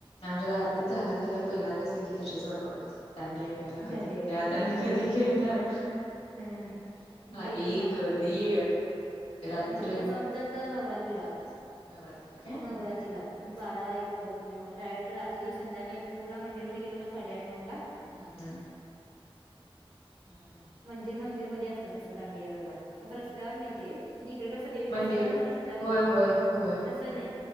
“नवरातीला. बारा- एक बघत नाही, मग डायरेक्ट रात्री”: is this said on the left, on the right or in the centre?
Right